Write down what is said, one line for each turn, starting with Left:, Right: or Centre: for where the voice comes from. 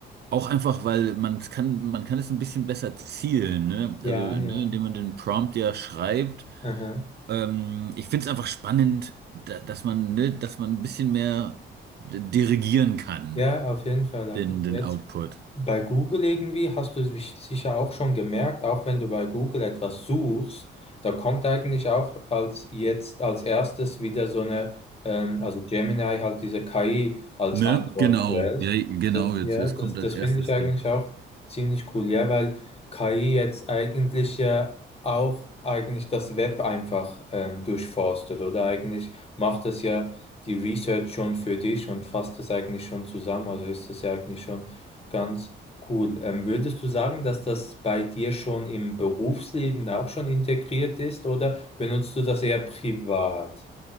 Right: auch einfach, weil man kann, man kann es ein bisschen besser zielen, ne?
Left: Ja,
Right: Also, ne,
Left: ja.
Right: indem man den Prompt ja schreibt.
Left: Aha.
Right: Ähm, ich finde es einfach spannend, da, dass man, ne, dass man ein bisschen mehr d- dirigieren kann,
Left: Ja, auf jeden Fall. Auf
Right: den,
Left: jeden
Right: den
Left: Fall.
Right: Output.
Left: Bei Google irgendwie hast du es wich- sicher auch schon gemerkt, auch wenn du bei Google etwas suchst, da kommt eigentlich auch als jetzt als erstes wieder so eine, ähm, also Gemini halt diese KI als
Right: Ne?
Left: Antwort
Right: Genau,
Left: zuerst.
Right: ja, genau,
Left: Das,
Right: jetzt,
Left: ja,
Right: jetzt
Left: das,
Right: kommt das
Left: das
Right: erste
Left: finde ich eigentlich
Right: Ding.
Left: auch ziemlich cool, ja, weil KI jetzt eigentlich ja auch eigentlich das Web einfach ähm, durchforstet oder eigentlich macht es ja die Research schon für dich und fasst es eigentlich schon zusammen, also ist es ja eigentlich schon Ganz cool. Ähm, würdest du sagen, dass das bei dir schon im Berufsleben auch schon integriert ist oder benutzt du das eher privat?